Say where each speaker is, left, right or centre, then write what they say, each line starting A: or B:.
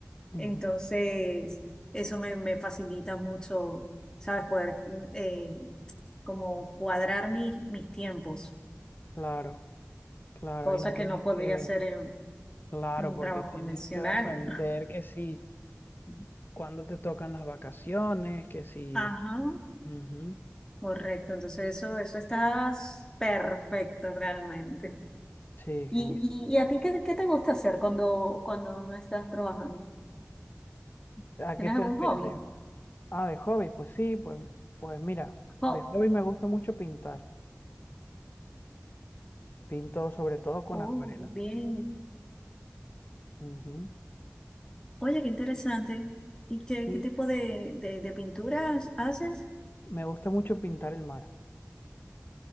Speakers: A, on the left; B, on the left.
A: Ujú,
B: Entonces, eso me, me facilita mucho, ¿sabes? Poder mm, eh, como cuadrar mis, mis tiempos,
A: Claro, claro,
B: cosa
A: ahí no tienes
B: que no podría
A: que,
B: hacer en,
A: claro,
B: en un
A: porque
B: trabajo
A: tienes
B: convencional.
A: que depender que si, cuando te tocan las vacaciones, que si,
B: <laughs> Ajá,
A: ujú,
B: correcto. Entonces, eso, eso estás perfecto realmente.
A: Sí,
B: ¿Y,
A: genial.
B: y, y a ti qué, qué te gusta hacer cuando, cuando no estás trabajando?
A: ¿A
B: ¿Tienes
A: qué te
B: algún
A: refieres
B: hobby?
A: de, ah, de hobby? Pues sí, pues, pues mira,
B: Jo-
A: de hobby me gusta mucho pintar, pinto sobre todo con
B: Oh,
A: acuarelas.
B: bien.
A: Ujú,
B: Oye, qué interesante. ¿Y qué,
A: Sí,
B: qué tipo de, de, de pinturas haces?
A: me gusta mucho pintar el mar,